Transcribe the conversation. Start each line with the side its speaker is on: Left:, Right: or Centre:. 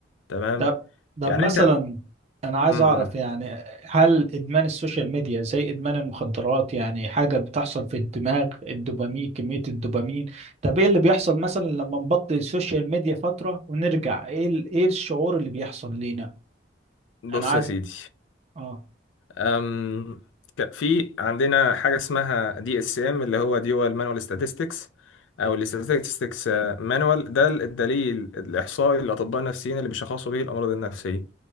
Left: تمام
Right: طب طب
Left: يعني
Right: مثلا
Left: انت
Right: انا عايز
Left: م- م.
Right: اعرف يعني هل ادمان السوشيال ميديا زي ادمان المخدرات يعني حاجة بتحصل في الدماغ الدوبامين كمية الدوبامين طب ايه اللي بيحصل مثلا لما نبطل السوشيال ميديا فترة ونرجع ايه ال- ايه الشعور اللي بيحصل لينا
Left: بص
Right: انا عايز
Left: يا سيدي
Right: اه
Left: أم، ك- في عندنا حاجة اسمها دي اس ام اللي هو ديوال مانوال statistics او الاستاتستكس مانوال ده الدليل الاحصائي للاطباء النفسيين اللي بيشخصوا به الامراض النفسية